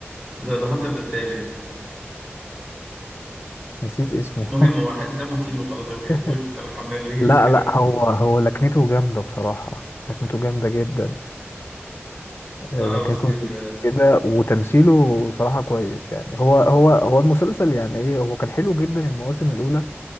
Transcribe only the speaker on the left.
نسيت اسمه
<laughs>
لا
لا هو هو لكنته جامدة بصراحة لكنته جامدة جدا آه،
لكنته
انجليزي كده وتمثيله صراحة كويس يعني هو هو هو المسلسل يعني ايه هو كان حلو جدا المواسم الأولى